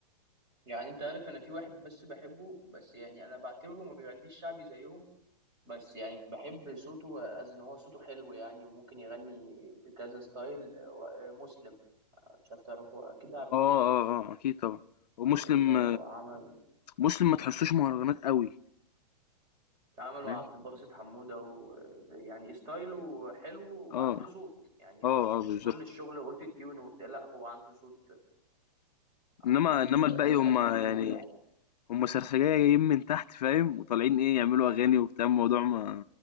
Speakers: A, on the right; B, on the left.
A: يعني انت عارف انا في واحد بس بحبه بس يعني انا بعتبره ما بيغنيش شعبي زيهم بس يعني بحب صوته از ان هو صوته حلو يعني وممكن يغني بكذا ستايل و- مسلم مش عارف تعرفه اكيد عارفه
B: آه،
A: يعني
B: آه، آه، أكيد طبعًا. هو مسلم
A: اللي هو عمل
B: مسلم ما تحسّوش مهرجانات أوي،
A: عمل
B: فاهم؟
A: مع عبد الباسط حمودة ويعني ستايله حلو وعنده
B: آه،
A: صوت يعني
B: آه،
A: مش مش
B: آه، بالضبط.
A: كل الشغل اوتو تيون وبتاع لا هو عنده صوت عنده
B: إنّما
A: صوت
B: إنّما الباقي هم
A: حلو
B: يعني
A: يعني
B: هم سرسجية جايين من تحت فاهم، وطالعين إيه، يعملوا أغاني وبتاع الموضوع ما